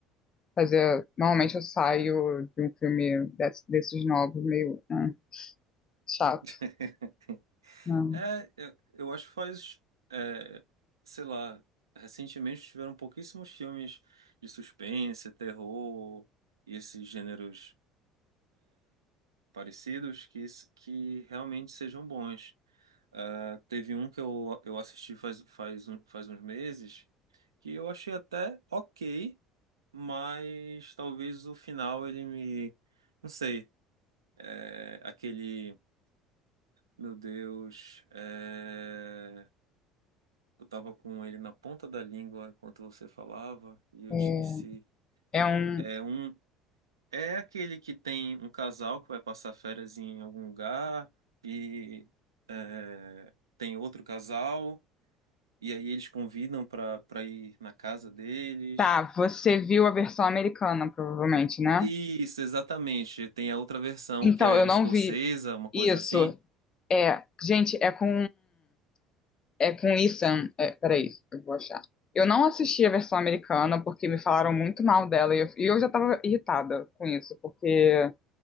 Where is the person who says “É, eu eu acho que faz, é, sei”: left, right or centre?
Right